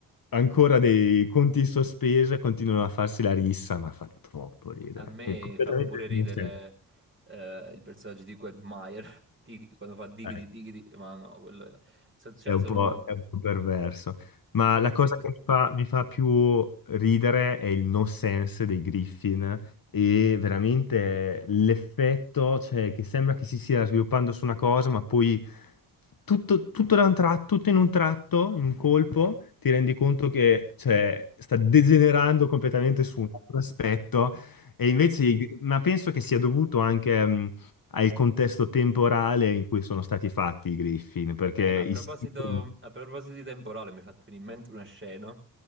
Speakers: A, on the left; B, on the right.
A: ancora dei conti in sospeso e continuano a farsi la rissa, ma fa troppo ridere.
B: A me
A: È completamente
B: fa pure ridere
A: non c'è.
B: eh, il personaggio di Quagmire, <laughs> Dig- quando fa diggity
A: Eh.
B: diggity, ma no, quello... so- Cioè,
A: È un
B: sono...
A: po', è un po' perverso.
B: Sì,
A: Ma
B: lui
A: la cosa
B: sì.
A: che mi fa, mi fa più ridere è il no sense dei Griffin e veramente l'effetto, cioè, che sembra che si stia sviluppando su una cosa, ma poi tutto, tutto da un tratto, tutto in un tratto, in un colpo, ti rendi conto che, cioè, sta degenerando completamente su un altro aspetto. E invece, ma penso che sia dovuto anche. mh, al contesto temporale in cui sono stati fatti i Griffin, perché
B: Eh, a proposito,
A: i Simpson...
B: a proposito di temporale, mi è fatto venire in mente una scena